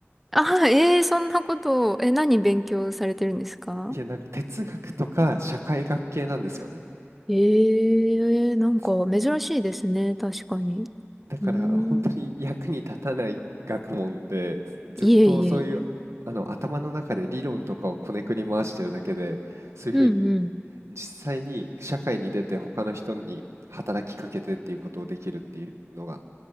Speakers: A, in the centre; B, on the right.
A: ああ、ええそんなことを、え、何勉強されてるんですか
B: いや、なんか哲学とか社会学系なんですよね。
A: ええなんか珍しいですね、
B: つ
A: 確かに。
B: だから本当に役に立たない学問で、
A: うーん。
B: ずずっとそういうあの頭の中で理論とかをこねくり回してるだけで、
A: いえいえいえ。
B: そういうふうに
A: うんうん。
B: 実際に社会に出て他の人に働きかけてっていうことをできるっていうのが